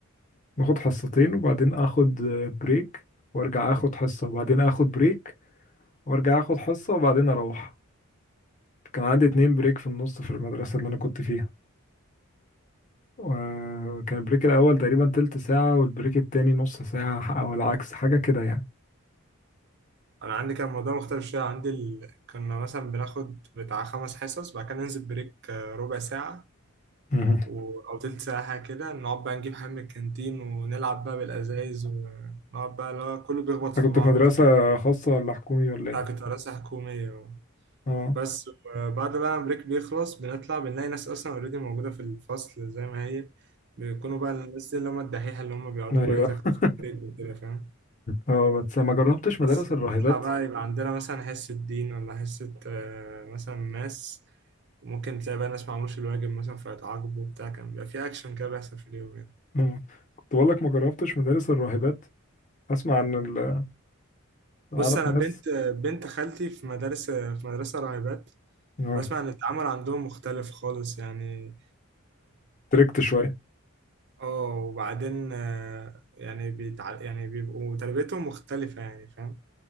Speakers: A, on the left; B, on the right.
A: باخد حصتين وبعدين آخد آه، بريك وأرجع آخد حصة وبعدين آخد بريك وأرجع آخد حصة وبعدين أروح كان عندي اتنين بريك في النص في المدرسة اللي أنا كنت فيها وكان البريك الأول تقريبا تلت ساعة والبريك التاني نص ساعة أو العكس حاجة كده يعني
B: انا عندي كان الموضوع مختلف شوية عندي ال... كنا مثلا بناخد بتاع خمس حصص بعد كده ننزل بريك آه، ربع ساعة
A: مهم.
B: و... او تلت ساعة حاجة كده نقعد بقى نجيب حاجة من الكانتين ونلعب بقى بالازايز ونقعد بقى اللي هو كله بيخبط
A: أنت
B: في
A: كنت
B: بعضه
A: في مدرسة خاصة ولا حكومي ولا إيه؟
B: لا كنت مدرسة حكومية
A: أه
B: بس بعد بقى ما البريك بيخلص بنطلع بنلاقي ناس اصلا اوريدي موجوده في الفصل زي ما هي بيكونوا بقى الناس دي اللي هم الدحيحه اللي هم بيقعدوا
A: أيوه
B: بقى يذاكروا
A: <laughs>
B: في البريك وكده فاهم
A: أه بس ما جربتش مدارس
B: بس
A: الراهبات
B: نطلع بقى يبقى عندنا مثلا حصه دين ولا حصه آه، مثلا ماس وممكن تلاقي بقى ناس ما عملوش الواجب مثلا فيتعاقبوا وبتاع كان بيبقى في اكشن كده بيحصل في اليوم يعني
A: أه. كنت بقول لك ما جربتش مدارس الراهبات أسمع عن ال أعرف
B: بص انا
A: ناس
B: بنت بنت خالتي في مدارس في مدرسه راهبات
A: أه
B: بسمع ان التعامل عندهم مختلف خالص يعني
A: تركت شوية
B: اه وبعدين آه، يعني بيتع... يعني بيبقوا تربيتهم مختلفة يعني فاهم